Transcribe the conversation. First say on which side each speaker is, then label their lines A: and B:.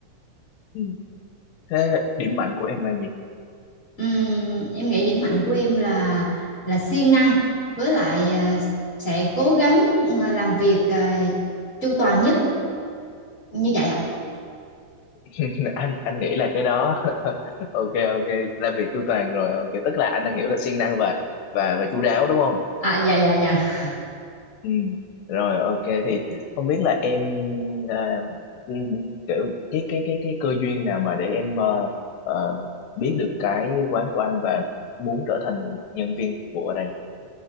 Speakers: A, on the left; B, on the left.
A: ừ Thế điểm mạnh của em là gì?
B: Ừm, em nghĩ điểm mạnh của em là là siêng năng với lại à, sẽ cố gắng à, làm việc à, chu toàn nhất như vậy ạ.
A: <laughs> Anh anh nghĩ là cái đó. <laughs> Ok ok, làm việc chu toàn rồi. Ok, tức là anh đang hiểu là siêng năng và và và chu đáo đúng không?
B: À, dạ dạ dạ.
A: Ừ. Rồi ok thì không biết là em à, ừ, kiểu cái cái cái cái cơ duyên nào mà để em ờ, ờ, biết được cái quán của anh và muốn trở thành nhân viên phục vụ ở đây.